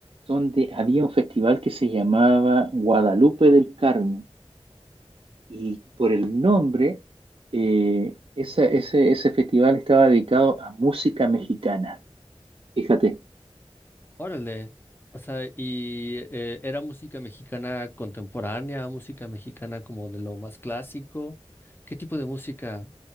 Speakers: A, on the right; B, on the left.
A: donde había un festival que se llamaba Guadalupe del Carmen y por el nombre eh, esa- ese, ese festival estaba dedicado a música mexicana. Fíjate.
B: Órale. O sea, y eh, era música mexicana contemporánea, música mexicana como de lo más clásico. ¿Qué tipo de música